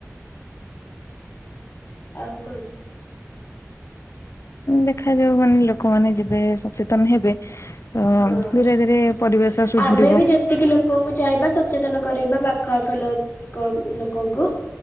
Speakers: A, on the left; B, on the left.
A: ଆଉ କଣ?
B: ଦେଖାଯାଉ ମାନେ ଲୋକମାନେ ଯିବେ ସଚେତନ ହେବେ। ଅ
A: ହଁ
B: ଧୀରେ ଧୀରେ ପରିବେଶ ସୁଧୁରିବ
A: ଆମେ ବି ଯେତିକି ଲୋକଙ୍କୁ ଚାହିଁବା ସଚେତନ କରେଇବା ପାଖ ଆଖ ଲ ଲୋକଙ୍କୁ।